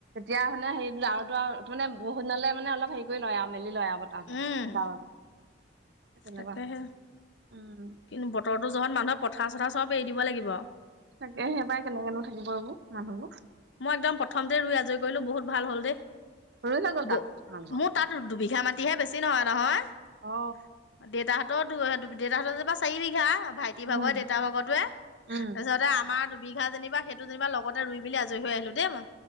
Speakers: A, on the right; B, on the left.
A: এতিয়া মানে হেৰি আৰুটো আৰু তাৰে বহুত দিনলে মানে অলপ হেৰি কৰি লয় আৰু। মেলি লয় আব তাহোই
B: উম
A: তেনেকুৱা
B: তাকেহে
A: উ
B: কিন্তু বতৰো যহত মানুহে পথাৰ চথাৰ চব এৰি দিব লাগিব আৰু
A: তাকে সেই পাই কেনেকেনো থাকিব এইবোৰ মানুহবোৰ
B: মই একদম প্ৰথমতে ৰুই আজৰি কৰিলো বহুত ভাল হ'ল দেই
A: ৰুই হৈ গ'ল তাত
B: ব
A: তোমালোকৰ
B: মোৰ তাত দুবিঘা মাটিহে বেছি নহয় নহয়
A: অ
B: দেটা তঁতৰ দেউতাহঁতৰ যেপা চাৰি বিঘা ভাইটিৰ
A: উম
B: ভাগৰ দেউতাৰ ভাগতে
A: উম
B: তাৰপিছতে আমাৰ বিঘা যেনিবা সেইটো যেনিবা লগতে ৰুই মেলি আজৰি হৈ আহিলো দেই ম